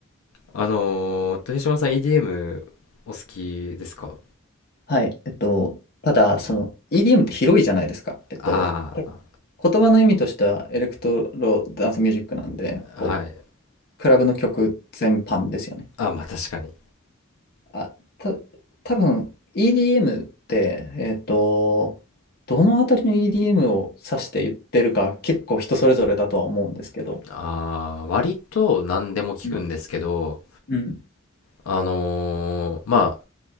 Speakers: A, on the left; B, on the left.
A: あのー、豊島さん EDM お好きですか
B: はい。えっと、ただ、その EDM って広いじゃないですか。えっと、
A: ああ
B: 多分言葉の意味としてはエレクトロダンスミュージックなんで、こう、
A: ー、はい。
B: クラブの曲全般ですよね。
A: あ、まあ確かに。
B: あ、た、多分 EDM って、えっと、どのあたりの EDM を指して言ってるか結構人それぞれだとは思うんですけど。
A: あー割と何でも聞くんですけど、
B: うん。うん。
A: あのーま